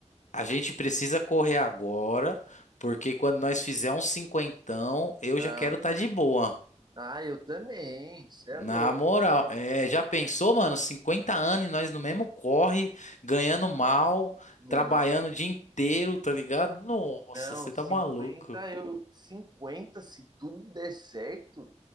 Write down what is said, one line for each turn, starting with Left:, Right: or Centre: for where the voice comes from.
Left: A gente precisa correr agora, porque quando nós fizer um cinquentão, eu
Right: Ah,
Left: já quero estar de boa.
Right: ah, eu também. Você é
Left: Na
Right: louco.
Left: moral,
Right: é.
Left: é, já pensou, mano? 50 anos e nós no mesmo corre, ganhando mal,
Right: Não,
Left: trabalhando o dia inteiro, tá ligado? Nossa,
Right: não,
Left: você
Right: cinquenta
Left: tá maluco.
Right: eu 50 se tudo der certo,